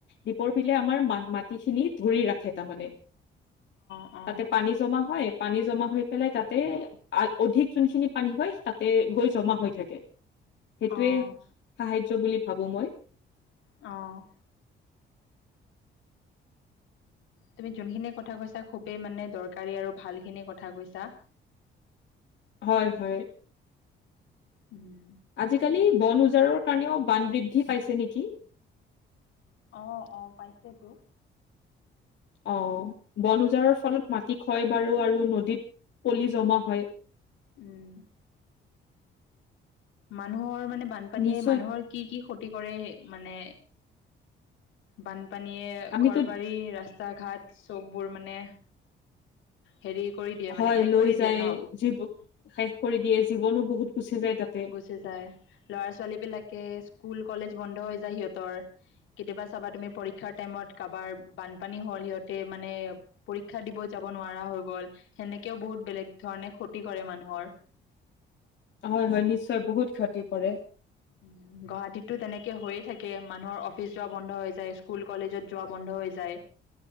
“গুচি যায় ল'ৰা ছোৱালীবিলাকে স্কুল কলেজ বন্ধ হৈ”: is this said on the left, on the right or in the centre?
Left